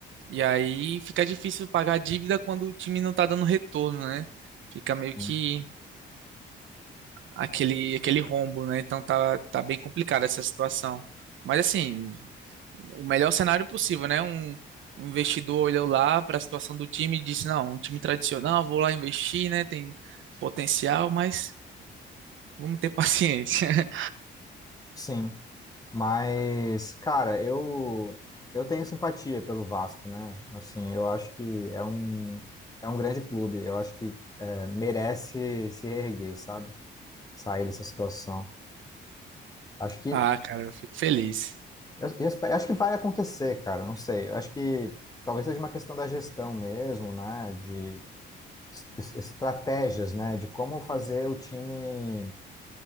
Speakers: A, on the right (about 75°); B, on the left (about 20°).
A: E aí fica difícil pagar a dívida quando o time não tá dando retorno, né? Fica meio
B: Sim,
A: que aquele, aquele rombo, né? Então tá, tá bem complicada essa situação. Mas assim, o melhor cenário possível, né? Um, um investidor olhou lá para a situação do time e disse, não, um time tradicional, vou lá investir, né? Tem potencial, mas vamos ter paciência. <laughs>
B: Sim. mas cara, eu eu tenho simpatia pelo Vasco, né? Assim, eu acho que é um é um grande clube. Eu acho que é, merece se reerguer, sabe? Sair dessa situação. Acho que
A: Ah, cara, eu fico feliz.
B: Eu, eu espe- acho que vai acontecer, cara. Não sei. Eu acho que talvez seja uma questão da gestão mesmo, né? De es- es- estratégias, né? De como fazer o time.